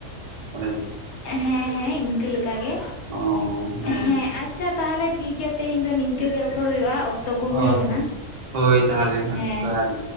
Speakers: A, on the right; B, on the left.
A: ᱚᱱ ᱡᱮ?
B: ᱦᱮᱸ ᱦᱮᱸ ᱤᱱᱠᱟᱹ ᱞᱮᱠᱟ ᱜᱮ
A: ᱚ ᱦᱳᱭ
B: ᱦᱮᱸ ᱟᱪᱪᱷᱟ ᱛᱟᱦᱚᱞᱮ ᱴᱷᱤᱠ ᱜᱮᱭᱟ ᱛᱮᱦᱮᱧ ᱫᱚ ᱱᱤᱝᱠᱟᱹ ᱜᱮ ᱨᱚᱯᱚᱲ ᱦᱩᱭᱩᱜᱼᱟ ᱚᱠᱛᱚ ᱠᱚ
A: ᱦᱳᱭ
B: ᱦᱩᱭ ᱠᱟᱱᱟ
A: ᱦᱳᱭ ᱛᱟᱦᱚᱞᱮ
B: ᱦᱮᱸ
A: ᱡᱚᱦᱟᱨ ᱜᱮ